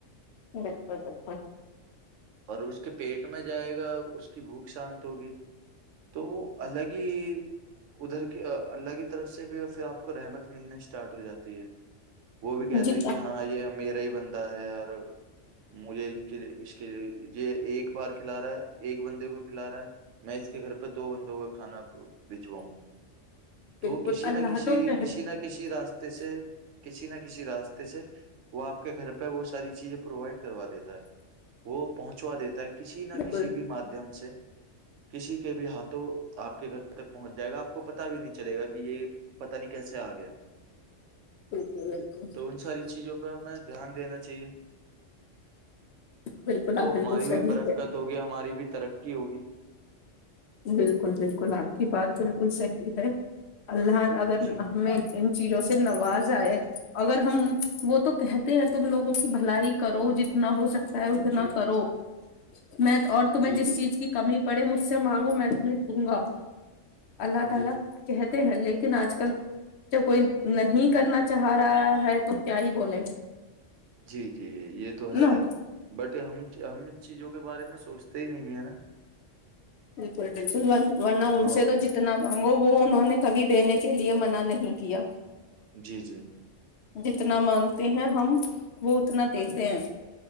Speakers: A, on the left; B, on the right.
A: بالکل بالکل
B: اور اس کے پیٹ میں جائے گا اس کی بھوک شان ہوگی تو وہ الگ ہی ادھر کی اللہ کی طرف سے بھی پھر آپ کو رحمت ملنے اسٹارٹ ہو جاتی ہے وہ بھی کہتے
A: جی
B: ہیں کہ ہاں یہ میرا ہی بندتا ہے اور مجھے کے اس کہ یہ ایک بار کھلا رہا ہے ایک بندے کو کھلا رہا ہے میں اس کے گھر پہ دو بندوں کا کھانا بجواؤں تو
A: بالکل
B: کسی
A: اللہ
B: نہ کسی
A: تو کہہ،
B: کسی نہ کسی راستے سے کسی نہ کسی راستے سے وہ آپ کے گھر پہ وہ ساری چیزیں پرووائڈ کروا دیتا ہے وہ پہنچوا دیتا ہے کسی نہ
A: بالکل
B: کسی بھی مادھیم سے کسی کے بھی ہاتھوں آپ کے گھر تک پہنچ جائے گا آپ کو پتا بھی نہیں چلے گا کہ یہ پتا نہیں کیسے آ گیا
A: بالکل بالکل
B: تو ان ساری چیزوں پہ ہمیں دھیان دینا چاہیے
A: بالکل
B: تو
A: آپ بالکل
B: ہماری
A: صحیح
B: بھی برقت ہوگی ہماری بھی ترقی ہوگی
A: بالکل بالکل آپ کی بات ب ان صحی ہے اللہ اگر
B: جی
A: ہمیں ان چیزوں سے نواز آئے اگر ہم وہ تو کہتے ہیں تم لوگوں کی بھلائی کرو جتنا ہو سکتا چاہے است
B: جی
A: نہ کرو میں اور تمہیں
B: جی
A: جس
B: جی
A: چیز کی کمی بڑے م سے مانگوں میں تمہیں دوں گا اللہ تعالا
B: جی
A: کہتے ہیں لیکن آج کل تو کوئی نہیں کرنا چھا رہا ہے تو کیا ہی بولے
B: جی جی یہ تو ہے
A: نا
B: بٹ ہم ہم ان چیزوں کے بارے میں سوچتے ہی نہیں ہے نا
A: بالکل بالکل ورنہ ان
B: ہاں
A: سے تو جتنا مانگو وہ انہوں نے کبھی دینے کے لیے منع نہیں کیا
B: جی جی
A: جتنا مانگتے ہیں ہم وہ اتنا دیتے ہیں